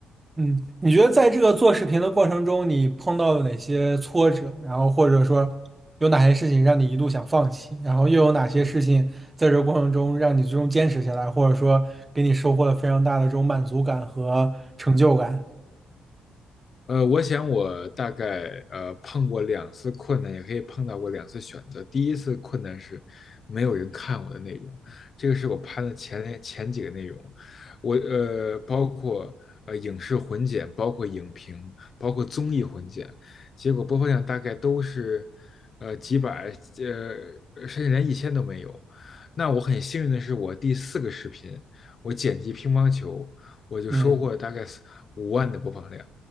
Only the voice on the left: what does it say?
呃，我想我大概呃碰过两次困难，也可以碰到过两次选择。第一次困难是没有人看我的内容，这个是我拍的前两前几个内容，我呃包括呃影视混剪，包括影评，包括综艺混剪，结果播放量大概都是呃几百呃甚至连一千都没有。那我很幸运的是，我第四个视频我剪辑乒乓球，我就收获了大概四五万的播放量。